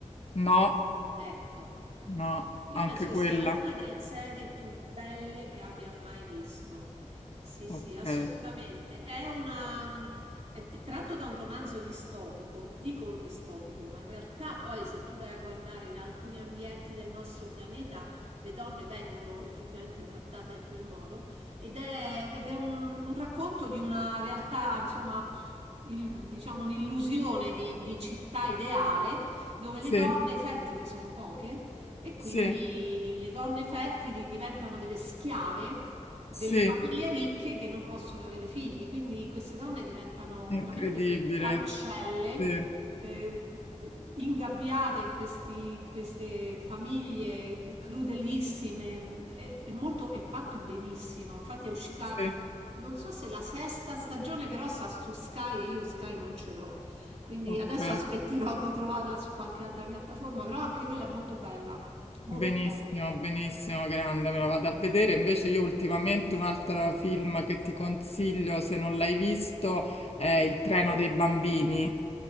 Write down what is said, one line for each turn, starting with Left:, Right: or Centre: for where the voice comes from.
Left: No,
Right: Ecco.
Left: no,
Right: Io
Left: anche
Right: penso che
Left: quella.
Right: sia una delle serie più belle che abbia mai visto. Sì, sì,
Left: Ok.
Right: assolutamente. È una... è tratto da un romanzo distopico, dicono distopico, ma in realtà poi se tu vai a guardare in alcuni ambienti del nostro pianeta, le donne vengono effettivamente trattate in quel modo ed è, ed è un, un racconto di una realtà, insomma, pff, il- diciamo un'illusione di di città ideale dove le
Left: Sì,
Right: donne fertili sono poche e quindi
Left: sì,
Right: le donne fertili diventano delle schiave
Left: sì,
Right: delle famiglie ricche che non possono avere figli. Quindi queste donne diventano
Left: incredibile.
Right: veramente delle ancelle
Left: Sì,
Right: eh, d- ingabbiate in questi- in queste famiglie crudelissime. È, è molto, è fatto benissimo. Infatti è uscita
Left: sì,
Right: non so se la sesta stagione però sta su Sky e io Sky non ce l'ho, quindi
Left: ok.
Right: adesso Ok. aspetterò di trovarla su qualche altra piattaforma, però anche quella è molto bella, molto
Left: Benissimo,
Right: bella.
Left: benissimo, grande, me lo vado a vedere. Invece io ultimamente un altro film che ti consiglio, se non l'hai visto, è Il treno dei bambini.